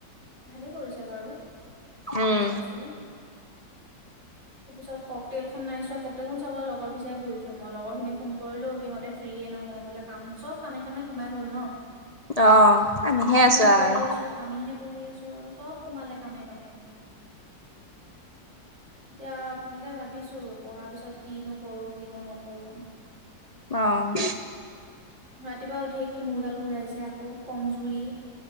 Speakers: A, on the right; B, on the left.
A: ভালে কৰিছে বাৰু!
B: উম
A: চাইছোঁ। তাৰ পিছত, ককতেলখন নাই চোৱা। কক তেলখন চাব লগৰ বিচাৰি ফুৰিছোঁ মই, লগৰ খিনি ফোন কৰিলোঁ। সিহঁতে ফ্ৰী নিদিয়ে নহয় বোলে। কাম চব কামে, কামে সোমাই গ'ল ন'।
B: অ আমিহে
A: আমি খিনিহে
B: আছো
A: পঢ়ি
B: আৰু
A: আছোঁ। আমিহে পঢ়ি আছোঁ আৰু চব সোমালে। কামে, কামে। এতিয়া তাকে ভাবিছোঁ! পঢ়াৰ পিছত কিনো কৰোঁ কিনো নকৰোঁ।
B: অ'!
A: ৰাতিপুৱা উঠি কি! মূৰডাল ঘূৰাইছে আকৌ কমজুৰি।